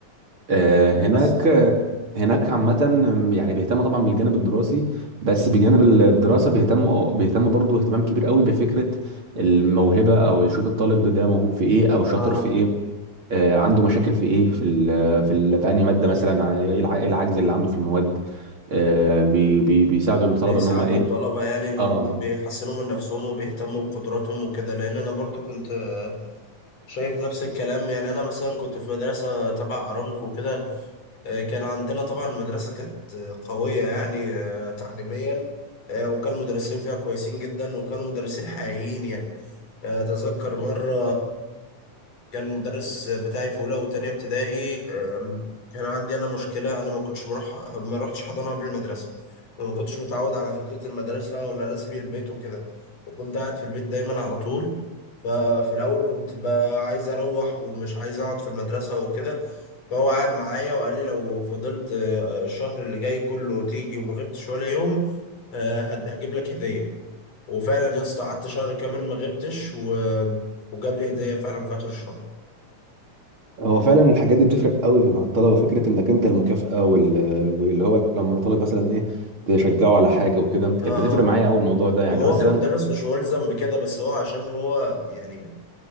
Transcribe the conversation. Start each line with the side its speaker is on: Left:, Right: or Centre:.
Right: آه، هناك
Left: بس
Right: هناك عامة يعني بيهتموا طبعا بالجانب الدراسي بس بجانب الدراسة بيهتموا بيهتموا برضو اهتمام كبير قوي بفكرة الموهبة او يشوف الطالب ده موهوب في ايه او شاطر
Left: اه
Right: في ايه آه، عنده مشاكل في ايه في ال في ال في انهي مادة مثلا ايه الع- إيه العجز اللي عنده في المواد آه، بي بي بيساعدوا الطلبة
Left: بيساعدوا
Right: ان هم ايه
Left: الطلبة يعني ان
Right: اه
Left: هم بيحسنوا من نفسهم وبيهتموا بقدراتهم وكده لان انا برضو كنت آه، شايف نفس الكلام يعني انا مثلا كنت في مدرسة تبع ارامكو وكده آه، كان عندنا طبعا المدرسة كانت آه، قوية يعني آه، تعليميا آه، وكان المدرسين فيها كويسين جدا وكانوا مدرسين حقيقيين يعني أتذكر مرة كان المدرس بتاعي في أولى وتانية ابتدائي أم، كان عندي أنا مشكلة أنا ما كنتش بروح ما رحتش حضانة قبل المدرسة وما كنتش متعود على فكرة المدرسة وإن أنا أسيب البيت وكده وكنت قاعد في البيت دايما على طول ففي الأول كنت بقى عايز أروح ومش عايز أقعد في المدرسة وكده فهو قعد معايا وقال لي لو فضلت آه، الشهر اللي جاي كله تيجي وما غبتش ولا يوم آه، هد- هجيب لك هدية وفعلا يا اسطى قعدت شهر كامل ما غبتش و... وجاب لي هديه فعلا في اخر الشهر
Right: هو فعلا الحاجات دي بتفرق قوي مع الطلبه فكره انك انت المكافاه وال... واللي هو لما طالب مثلا ايه تشجعه على حاجه وكده كانت
Left: اه
Right: بتفرق
Left: اه
Right: معايا قوي الموضوع ده يعني
Left: وهو
Right: مثلا
Left: كمدرس مش ملزم بكده بس هو عشان هو يعني